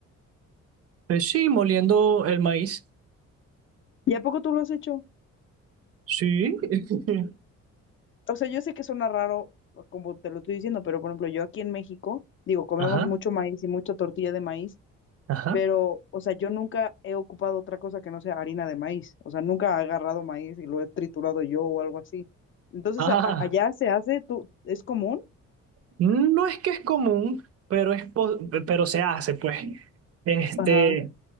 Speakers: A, on the right; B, on the left.
A: Pues sí, moliendo el maíz.
B: ¿Y a poco tú lo has hecho?
A: Sí. <laughs>
B: O sea, yo sé que suena raro como te lo estoy diciendo, pero por ejemplo, yo aquí en México, digo, comemos
A: Ajá,
B: mucho maíz y mucha tortilla de maíz,
A: ajá.
B: pero, o sea, yo nunca he ocupado otra cosa que no sea harina de maíz, o sea, nunca he agarrado maíz y lo he triturado yo o algo así. Entonces,
A: Ah.
B: a- a- allá se hace, tú, ¿es común?
A: No es que es común, pero, es po- pero se hace, pues. Este,
B: Ajá.